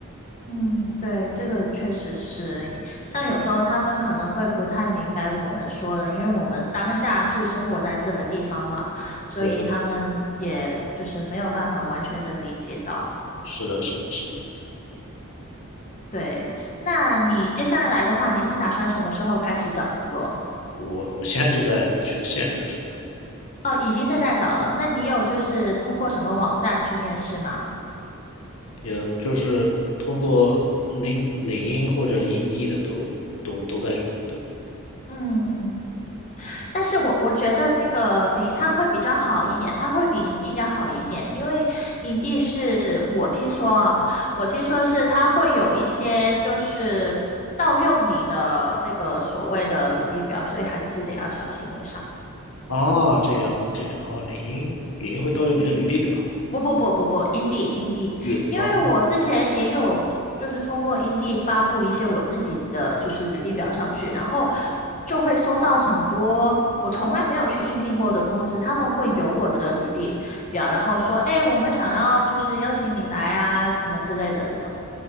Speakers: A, on the left; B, on the left.
A: 嗯，对，这个确实是，像有时候他们可能会不太明白我们说的，因为我们当下是生活在这个地方嘛，所以他们也就是没有办法完全的理解到。
B: 对，是的，是的，是的，
A: 对，那你接下来的话，你是打算什么时候开始找工作？
B: 我我现在就在去限制的找，对，
A: 哦，已经正在找了。那你有就是通过什么网站去面试吗？
B: 也就是通过领领英或者英地的都都都在找，对。
A: 嗯，但是我我觉得那个领英它会比较好一点，它会比 i n 要好一点，因为 i n 是我听说啊，我听说是它会有一些就是盗用你的这个所谓的履历表，所以还是得要小心为上。
B: 啊，这样这样啊，领英领英会盗用你的履历表，
A: 不不不不不，Indeed，Indeed，
B: 也啊，
A: 因为我之前也有就是通过 Indeed 发布一些我自己的就是履历表上去，然后就会收到很多我从来没有去应聘过的公司，他们会有我的履历表，然后说，哎，我们想要就是邀请你来啊，什么之类的这种。